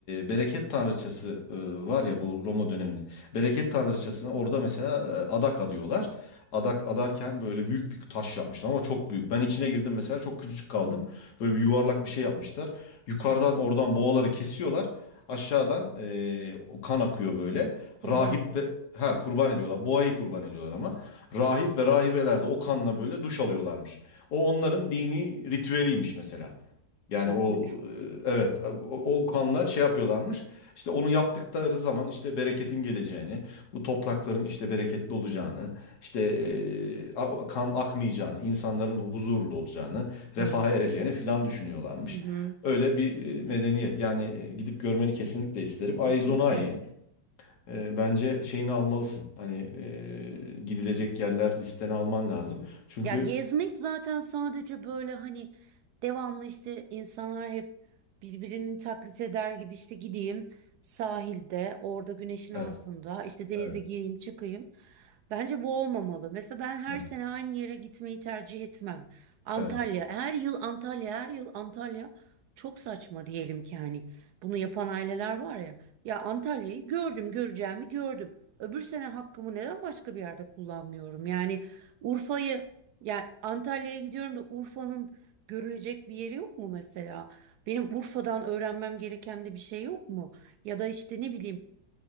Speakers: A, on the left (about 65°); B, on the right (about 70°).
A: bereket tanrıçası e, var ya bu Roma dönemini. Bereket tanrıçasına orada mesela e, adak adıyorlar. Adak adarken böyle büyük bir taş yapmışlar ama çok büyük. Ben içine girdim mesela çok küçücük kaldım. Böyle bir yuvarlak bir şey yapmışlar. Yukarıdan oradan boğaları kesiyorlar. Aşağıdan e, o kan akıyor böyle.
B: Kurban
A: Rahip
B: ediyorum.
A: ve ha kurban ediyorlar. Boğayı kurban ediyorlar ama. Rahip ve rahibeler de o kanla böyle duş alıyorlarmış. O onların dini ritüeliymiş mesela. Yani
B: Korkunç.
A: o e, evet o, o kanla şey yapıyorlarmış. İşte onu yaptıkları zaman işte bereketin geleceğini, bu toprakların işte bereketli olacağını, işte e, a- kan akmayacağını, insanların huzurlu olacağını,
B: Hı
A: refaha
B: hı.
A: ereceğini filan düşünüyorlarmış.
B: Hı hı.
A: Öyle bir e, medeniyet. Yani e, gidip görmeni kesinlikle isterim.
B: Kesinlikle.
A: Aizona'yı e, bence şeyini almalısın. Hani e, gidilecek yerler listene alman lazım. Çünkü
B: Ya gezmek zaten sadece böyle hani devamlı işte insanlar hep birbirinin taklit eder gibi işte gideyim sahilde orada güneşin
A: evet,
B: altında işte denize
A: evet,
B: gireyim çıkayım. Bence bu olmamalı. Mesela ben her
A: evet.
B: sene aynı yere gitmeyi tercih etmem. Antalya
A: evet.
B: her yıl Antalya her yıl Antalya çok saçma diyelim ki hani bunu yapan aileler var ya. Ya Antalya'yı gördüm göreceğimi gördüm. Öbür sene hakkımı neden başka bir yerde kullanmıyorum? Yani Urfa'yı yani Antalya'ya gidiyorum da Urfa'nın görülecek bir yeri yok mu mesela? Benim Urfa'dan öğrenmem gereken de bir şey yok mu? Ya da işte ne bileyim